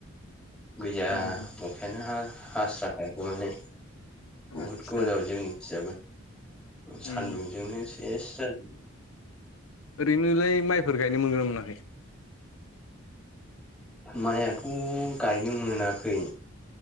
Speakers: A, in the centre; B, on the left.
A: गैया
B: उम
A: अखायानो हास्राखायाखै माने? बुहुद
B: आदसा
A: गोबाव जाबाय जोंनि थिंजायबो सान्दुंजोंनो
B: उम
A: सेस जाजुबो
B: ओरैनो लाय माइफोर गायनो मोनगोनना मोनाखै
A: माइया थ' गायनो मोनाखै